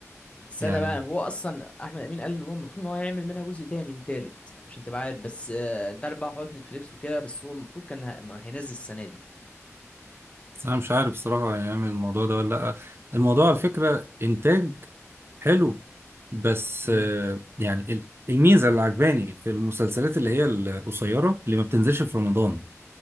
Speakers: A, on the left; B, on the right.
A: السادة
B: يعني
A: بقى هو اصلا احمد امين قال ان هو المفروض ان هو هيعمل منها جزء تاني وتالت عشان تبقى عارف بس آه، انت عارف بقى حوارات نتفليكس وكده بس هو المفروض كان ه- ما هينزل السنة دي
B: بس أنا مش عارف بصراحة هيعمل الموضوع ده ولا لأ الموضوع على فكرة إنتاج حلو بس
A: امم
B: آه، يعني ال- الميزة اللي عجباني في المسلسلات اللي هي القصيرة اللي ما بتنزلش في رمضان